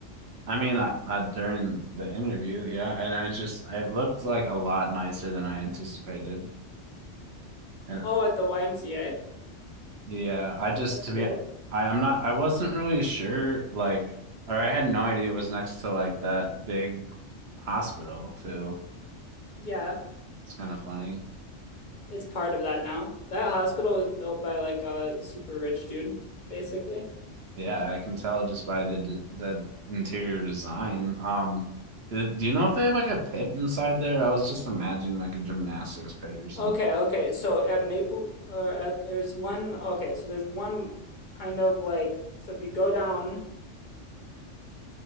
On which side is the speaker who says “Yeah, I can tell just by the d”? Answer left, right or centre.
Right